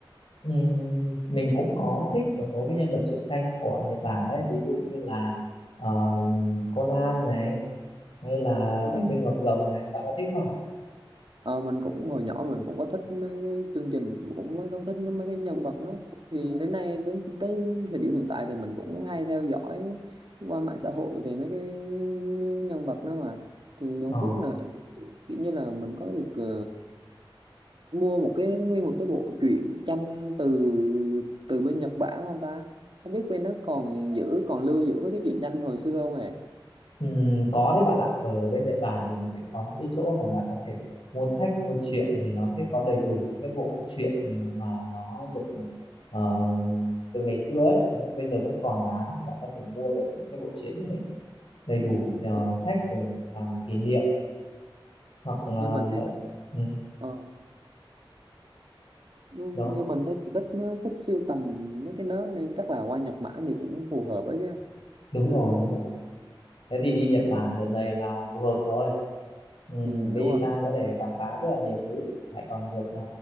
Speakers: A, on the left; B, on the right.
A: Ừm, mình cũng có thích một số cái nhân vật truyện tranh của Nhật Bản đấy ví dụ như là ờ, Conan này hay là
B: Tôi
A: Bảy Viên Ngọc Rồng này bạn có thích không?
B: Ờ, mình cũng hồi nhỏ mình cũng có thích mấy cái chương trình cũng mấy có thích mấy cái nhân vật đó thì đến nay đến tới thời điểm hiện tại thì mình cũng hay theo dõi qua mạng xã hội về mấy cái nhân vật đó mà thì không
A: Ờ,
B: biết là kiểu như là mình có được ờ, mua một cái nguyên một cái bộ truyện tranh từ từ bên Nhật Bản không ta không biết bên nó còn giữ còn lưu giữ mấy cái truyện tranh hồi xưa không hề
A: ừm, có đấy bạn ạ ở bên Nhật Bản thì nó sẽ có những cái chỗ mà bạn có thể mua sách mua truyện thì nó sẽ có đầy đủ những cái bộ truyện ờ, mà nó được ờ, từ ngày xưa ấy vẫn- bây giờ vẫn còn bán thì bạn có thể mua được những cái bộ truyện đấy đầy đủ
B: ừ.
A: ờ, sách về làm kỷ niệm hoặc là
B: nhưng mình thì
A: ừ,
B: ờ, Ừ, nhưng
A: rồi
B: như mình thấy thì thích nó thích siêu tầm mấy cái nớ nên chắc là qua Nhật Bản thì cũng phù hợp ấy chứ
A: đúng
B: ừ,
A: rồi đúng rồi thế thì đi Nhật Bản đợt này là phù hợp rồi Ừm,
B: ừ,
A: đi
B: đúng rồi
A: sang có thể khám phá rất là nhiều thứ lại còn được ờ,